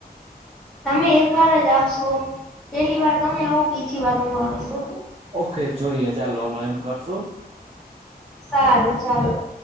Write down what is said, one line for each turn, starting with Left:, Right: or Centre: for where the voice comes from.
Centre: તમે, એક વાર જ આવશો, પેલી વાર તમે આવો બીજી વાર હું આવીશું.
Right: ઓકે જોઈએ ચાલો હલો એમ કરશુ.?
Centre: સારું ચાલો <inaudible>